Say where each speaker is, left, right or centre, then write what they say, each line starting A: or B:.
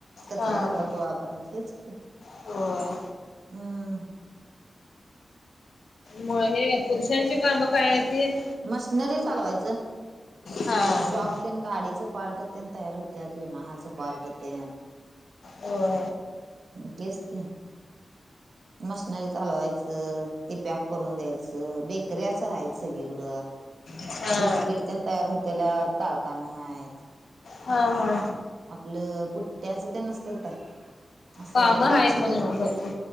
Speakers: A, on the right; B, on the left.
A: कचरा
B: हा
A: सगळा
B: हा
A: गोळा करायचा हेच क
B: हो.
A: हम्
B: मग हे पुरुषांची कामं काय आहे त
A: मशनरी चालवायचं
B: हा हा
A: जॉब गाडीचं पार्ट तयार होत्या विमानाचं पार्ट ते
B: हो
A: तेच क मशनरी चालवायचं ती पॅक करून द्यायचं बेकऱ्याच आहेय सगळीकडं
B: हा
A: बिस्किट त्या तयार होतेल्या कारखाना आहेत
B: हा हा
A: आपलं पुट्ट्याच ते नसतात का असं
B: कामं
A: बॉक्स
B: आहेत म्हणे
A: ते
B: मग भरपूर